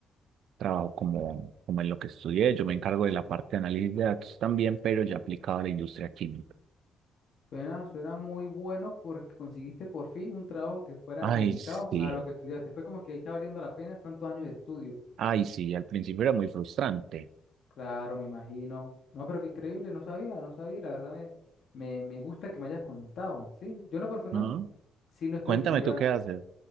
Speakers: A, on the right (about 75°); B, on the left (about 65°).
A: trabajo como, como en lo que estudié, yo me encargo de la parte de análisis de datos también, pero ya aplicado a la industria química.
B: Suena, suena muy bueno porque conseguiste por fin un trabajo que fuera
A: Ay,
B: dedicado
A: sí,
B: a lo que estudiaste. Fue como que ahí está valiendo la pena tantos años de estudio.
A: ay, sí, al principio era muy frustrante.
B: Claro, me imagino. No, pero qué increíble, no sabía, no sabía. La verdad me, me, me gusta que me hayas contado, ¿sí? Yo en lo personal.
A: ¿no?
B: Sí, lo estoy
A: Cuéntame
B: estudiando.
A: tú qué haces.